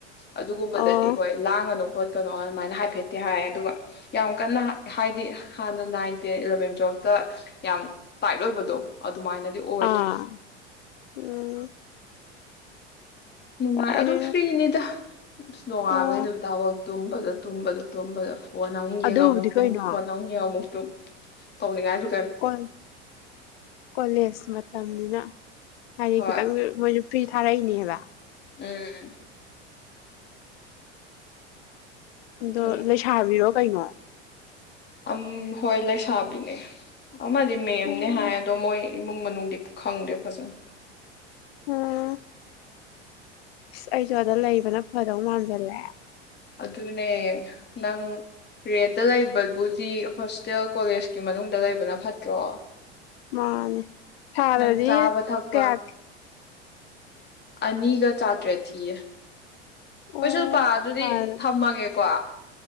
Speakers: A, on the left (about 30°); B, on the left (about 60°).
A: ꯑꯗꯨꯒꯨꯝꯕꯗꯗꯤ
B: ꯑꯣ
A: ꯍꯣꯏ ꯂꯥꯡꯉꯅꯨ ꯈꯣꯠ ꯀꯅꯣ ꯑꯗꯨꯃꯥꯏꯅ ꯍꯥꯏꯐꯦꯠꯇꯤ ꯍꯥꯏ ꯑꯗꯨꯒ ꯌꯥꯝ ꯀꯟꯅ ꯍꯥꯏꯗꯤ ꯍꯥꯟꯅ ꯅꯥꯏꯟ ꯇꯦꯟ ꯏꯂꯚꯦꯟ ꯇꯨꯋꯦꯜꯐꯇ ꯌꯥꯝ ꯇꯥꯏꯠ ꯑꯣꯏꯕꯗꯣ ꯑ ꯑꯗꯨꯃꯥꯏꯅꯗꯤ ꯑꯣꯏꯗ꯭ꯔꯦ
B: ꯑꯥ ꯎꯝ
A: ꯅꯨꯡꯉꯥꯏ
B: ꯀꯥꯏꯗ
A: ꯑꯗꯨꯝ ꯐ꯭ꯔꯤꯅꯤꯗ ꯅꯣꯡꯉꯥꯟꯕꯗꯩ
B: ꯑꯣ
A: ꯅꯨꯃꯤꯠ ꯇꯥꯕꯥꯎ ꯇꯨꯝꯕꯗ ꯇꯨꯝꯕꯗ ꯇꯨꯝꯕꯗ ꯐꯣꯟ ꯑꯃꯨꯛ ꯌꯦꯡꯉ
B: ꯑꯗꯨꯕꯨꯗꯤ
A: ꯑꯃꯨꯛ ꯇꯨꯝ
B: ꯀꯩꯅꯣ
A: ꯐꯣꯟ ꯑꯃꯨꯛ ꯌꯦꯡꯉ ꯑꯃꯨꯛ ꯗꯨꯝ ꯇꯧꯅꯤꯒꯥꯏꯖꯨ
B: ꯀꯣꯟ ꯀꯣꯂꯦꯖ ꯃ ꯇꯝꯅꯤꯅ ꯍꯥꯏꯗꯤ
A: ꯍꯣꯏ
B: ꯈꯤꯇꯪꯖꯨ ꯃꯣꯏꯖꯨ ꯐ꯭ꯔꯤ ꯊꯔꯩꯅꯤ ꯍꯥꯏꯕ
A: ꯎꯝ ꯑꯗꯨꯅ
B: ꯑꯗꯣ ꯂꯩꯁꯥꯕꯤꯔꯣ ꯀꯩꯅꯣ
A: ꯑꯝ ꯍꯣꯏ ꯂꯩꯁꯥꯥꯕꯤꯅꯦ ꯑꯃꯗꯤ ꯃꯦꯝꯅꯦ
B: ꯎꯝ
A: ꯍꯥꯏ ꯑꯗꯣ ꯃꯣꯏ ꯏꯃꯨꯡ ꯃꯅꯨꯡꯗꯤ ꯈꯪꯗꯦ ꯐꯖꯅ
B: ꯎꯝ ꯑꯁ ꯑꯩꯖꯨ ꯑꯗ ꯂꯩꯕꯅ ꯐꯗꯧ ꯃꯥꯥꯟꯖꯜꯂꯛꯑꯦ
A: ꯑꯗꯨꯅꯦ ꯅꯪ ꯔꯦꯟꯇ ꯂꯩꯕꯕꯨꯗꯤ ꯍꯣꯁꯇꯦꯜ ꯀꯣꯂꯦꯖꯀꯤ ꯃꯅꯨꯡꯗ ꯂꯩꯕꯅ ꯐꯠꯇ꯭ꯔꯣ
B: ꯃꯥꯟꯅꯦ ꯊꯥꯗꯗꯤ
A: ꯅꯪ ꯆꯥꯕ ꯊꯛꯄ
B: ꯀꯌꯥ
A: ꯑꯅꯤꯒ ꯆꯥꯇ꯭ꯔꯦꯠ ꯊꯤꯌꯦ ꯀꯁꯨ
B: ꯑꯣ
A: ꯄꯥ ꯑꯗꯨꯗꯤ
B: ꯊꯥꯗ
A: <unintelligible>